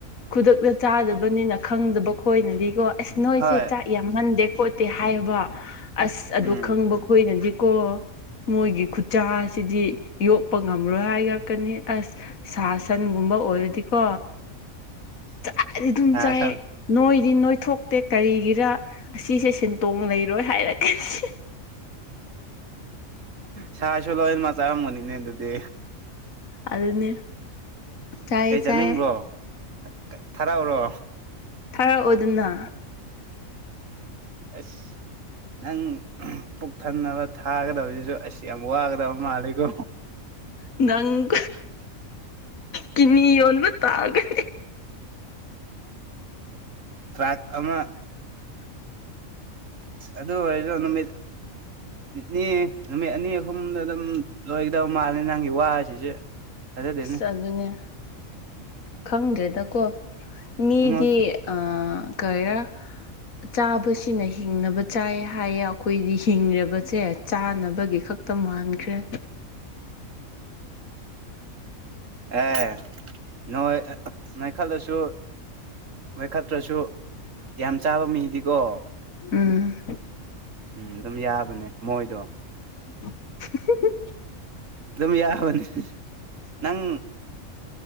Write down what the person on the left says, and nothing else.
ꯈꯨꯗꯛꯇ ꯆꯥꯗꯕꯅꯤꯅ ꯈꯪꯗꯕ ꯈꯣꯏꯅꯗꯤꯀꯣ ꯑꯁ ꯅꯣꯏꯁꯦ
ꯆꯥꯛ ꯌꯥꯝꯍꯟꯗꯦ ꯈꯣꯠꯇꯦ ꯍꯥꯏꯕ ꯑꯁ ꯑꯗꯨ
ꯈꯪꯕ ꯈꯣꯏꯅꯗꯤꯀꯣ ꯃꯣꯏꯒꯤ ꯈꯨꯠꯆꯥ ꯑꯁꯤꯗꯤ ꯌꯣꯛꯄ ꯉꯝꯔꯣꯏ ꯍꯥꯏꯔꯛꯀꯅꯤ ꯑꯁ ꯁꯥ ꯁꯟꯒꯨꯝꯕ ꯑꯣꯏꯔꯗꯤꯀꯣ
ꯆꯗꯤ ꯑꯗꯨꯝ
ꯆꯥꯏ
ꯅꯣꯏꯗꯤ ꯅꯣꯏꯊꯣꯛꯇꯦ ꯀꯔꯤꯒꯤꯔ ꯑꯁꯤꯁꯦ ꯁꯦꯟꯇꯣꯡ ꯂꯩꯔꯥꯕ ꯍꯥꯏꯔꯛꯀꯅꯤ
ꯑꯗꯨꯅꯦ ꯆꯥꯏꯌꯦ
ꯆꯥꯏꯌꯦ
ꯊꯥꯔꯛꯎꯗꯅ
ꯅꯪ
ꯀꯤꯠꯅꯤ ꯌꯣꯟꯕ ꯇꯥꯒꯅꯤ
ꯑꯁ ꯑꯗꯨꯅꯦ ꯈꯪꯗꯦꯗꯀꯣ ꯃꯤꯗꯤ
ꯑ ꯀꯩꯔ ꯆꯥꯕꯁꯤꯅ ꯍꯤꯡꯅꯕ ꯆꯥꯏ ꯍꯥꯏꯌꯦ ꯑꯩꯈꯣꯏꯗꯤ ꯍꯤꯡꯔꯕꯁꯦ ꯆꯥꯅꯕꯒꯤ ꯈꯛ ꯇ ꯃꯥꯟꯈ꯭ꯔꯦ
ꯎꯝ
<inaudible>